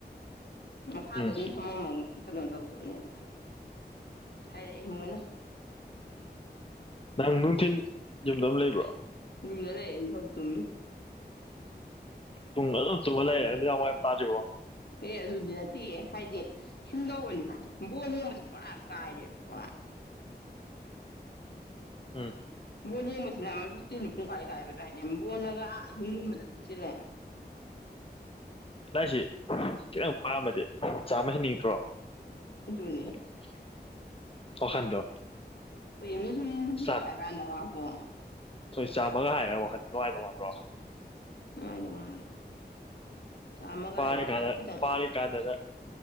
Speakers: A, on the left (about 70°); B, on the left (about 30°).
A: ꯃꯈꯥꯗ
B: ꯎꯝ
A: ꯑꯗꯨꯝ ꯊꯝꯃꯝꯃ ꯀꯩꯅꯣ ꯇꯧꯗꯣꯏꯅꯦꯅ ꯍꯥꯏꯔꯛꯑꯦ ꯃꯣꯏꯅ
B: ꯅꯪꯅ ꯌꯨꯝꯗ ꯑꯗꯨꯝ ꯂꯩꯕ꯭ꯔꯣ
A: ꯗ ꯂꯩ ꯍ ꯇꯁꯤ
B: ꯇꯨꯡ ꯇꯨ ꯍ ꯇꯥꯖꯕ
A: ꯑꯦ ꯑꯗꯨꯗꯤ ꯅꯠꯇꯦ ꯍꯥꯏꯗꯤ ꯁꯨꯝ ꯂꯧꯕꯅꯤ ꯕꯣ ꯅꯣꯝꯕꯁꯦ ꯄꯨꯕꯣꯔꯥ ꯀꯥꯏꯔꯦꯕ ꯕꯣꯔꯥ
B: ꯎꯝ
A: ꯕꯣꯟ ꯌꯦꯡꯕꯁꯤꯅ ꯑꯃ ꯔꯨꯇꯤꯟ ꯄꯨꯡꯈꯥꯏ ꯀꯥꯏꯕꯗꯣ ꯍꯥꯏꯗꯤꯕꯣꯟꯂꯒ ꯑꯥ ꯑꯍꯤꯡꯒꯨꯝꯕꯗ ꯊꯣꯛꯆꯜꯂꯦ <unintelligible>
B: ꯂꯥꯏꯁꯤ ꯈꯤꯇꯪ ꯄꯥꯝꯃꯗꯤ ꯆꯥꯝꯃ ꯍꯦꯟꯅꯤꯡꯗ꯭ꯔꯣ
A: ꯑꯗꯨꯅꯤ
B: <unintelligible> ꯋꯥꯈꯟꯗꯣ
A: ꯃꯤ
B: ꯆꯥ
A: ꯂꯩꯒ ꯅꯉꯕꯨꯣ
B: ꯍꯣꯏ ꯆꯥꯝꯃꯒ ꯍꯥꯏꯔꯒ ꯋꯥꯈꯜꯗꯣ ꯉꯥꯏꯧ ꯋꯥꯗ꯭ꯔꯣ
A: ꯥꯏꯗꯧ ꯃꯥꯅꯤ ꯆꯥꯝꯃꯒ
B: ꯄꯥꯔꯤꯀꯥꯟꯗ
A: ꯍꯥꯏꯗꯤ ꯁꯥꯅ ꯈꯤꯇꯪ
B: ꯄꯥꯔꯤꯀꯥꯟꯗꯅ